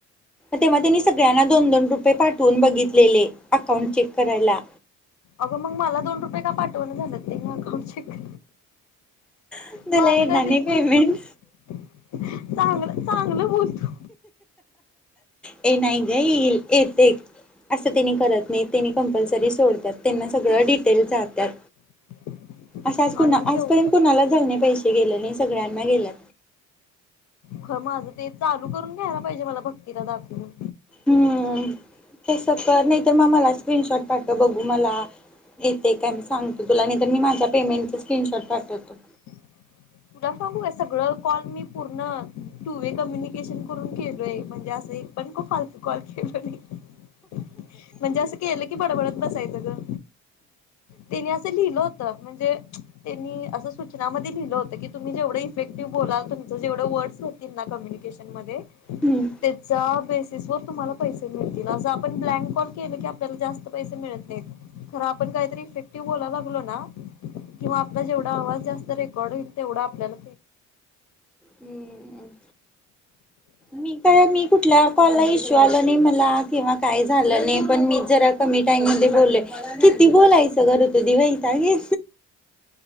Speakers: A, in the centre; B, on the left.
A: तेव्हा त्यांनी सगळ्यांना दोन दोन रुपये पाठवून बघितलेले अकाउंट चेक करायला.
B: अगं मग मला दोन रुपये का पाठवण झालं ते. श
A: तुला
B: माझं
A: येणार
B: काय ते
A: नाही पेमेंट
B: परच तच्या चांगलं चांगलं बोलत
A: हे नाही गईल येते. असं त्यांनी करत नाही त्यांनी कंपल्सरी सोडतात त्यांना सगळं डिटेल जातात.
B: <unintelligible>
A: असं आज कुणा
B: आणि मी
A: आजपर्यंत
B: केव
A: कुणाला झालंणे पैसे गेले नाही सगळ्यांना गेलं.
B: खर माझं ते चालू करून घ्यायला पाहिजे मला भक्तीला दाखवून.
A: हम्म तस नाही तर मग मला स्क्रीनशॉट पाठ बघू मला. य तेे काय मी सांगतो तुला नाही तरर मी माझ्या पेमेंटच स्क्रीनशॉट पाठवतो.
B: ह <unintelligible> तुला सांगू का सगळं कॉल मी पूर्ण टू वे कम्युनिकेशन करून केलोय म्हणजे असं. पण खूप फालतू कॉल केलं म्हणजे असं केलं की बडबडत बसायचं ग. त्याने असं लिहिलं होत म्हणजे. त्यांनी असं सूचनामध्ये लिहिलं होत की. तुम्ही जेवढ इफेक्टिव बोलाल तुमं जेवढ वर्डस होतील ना कम्यनिकेन मध्ये
A: हम्म
B: ते जाब तुम्हाला पैसे मिळतील असं आपण ब्लँक कॉल केले की आपल्याला जास्त पैसे मिळत नाहीत. खर आपण काहीतरी इफेक्टिव्ह बोला लागलो ना किंवा आपला जेवढा आवाज जास्त रेकॉर्ड होईल. तेवढा आपल्याला..
A: हम्म. मी काय मी कुठल्या कॉलला इश्यू आल नाही मला किंवा काय झालं नाही पण मी जरा.. कमी टाईम म बोलय किती बोलायचं करर तु दिवाईगे.